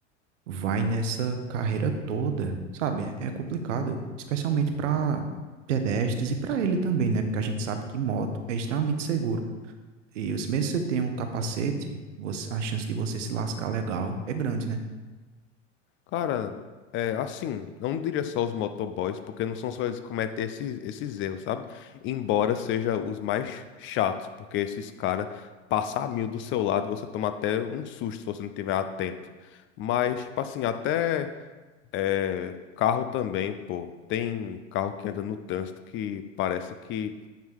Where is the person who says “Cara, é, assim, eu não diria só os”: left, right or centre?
Left